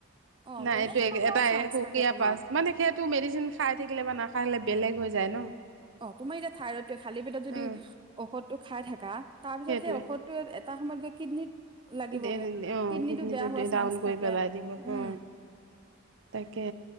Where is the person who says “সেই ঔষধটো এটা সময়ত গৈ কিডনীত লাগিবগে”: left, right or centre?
Right